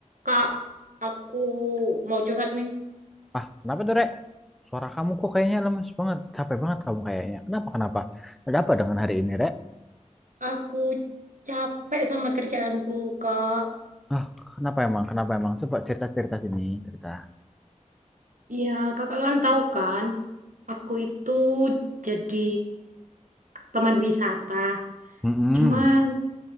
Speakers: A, on the right; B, in the centre.
A: Kak, aku mau curhat nih.
B: Ah, kenapa tuh, Rek? Suara kamu kok kayaknya lemes banget. Capek banget kamu kayaknya. Kenapa, kenapa? Ada apa dengan hari ini, Rek?
A: Aku capek sama kerjaanku, Kak.
B: Ah, kenapa emang? Kenapa emang? Coba cerita-cerita sini, cerita.
A: Iya, kakak kan tahu kan, aku itu jadi pemandu wisata.
B: Mm-mm,
A: Cuman,